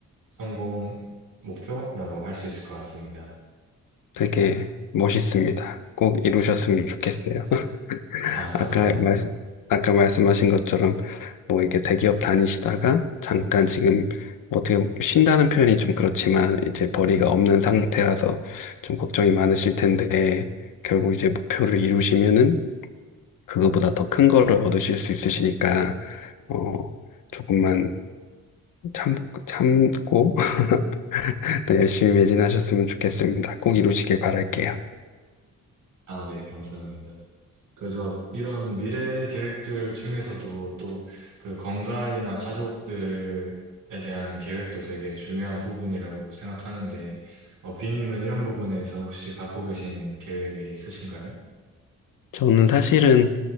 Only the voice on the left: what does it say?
되게 멋있습니다. 꼭 이루셨으면 좋겠어요.
아까 말, 아까 말씀하신 것처럼 뭐 이게 대기업 다니시다가 잠깐 지금 뭐 어떻게 쉰다는 표현이 좀 그렇지만 이제 벌이가 없는 상태라서 좀 걱정이 많으실 텐데 결국 이제 목표를 이루시면은 그거보다 더 큰 거를 얻으실 수 있으시니까 어 조금만 참 참고 <laughs> 더 열심히 매진하셨으면 좋겠습니다. 꼭 이루시길 바랄게요.
저는 사실은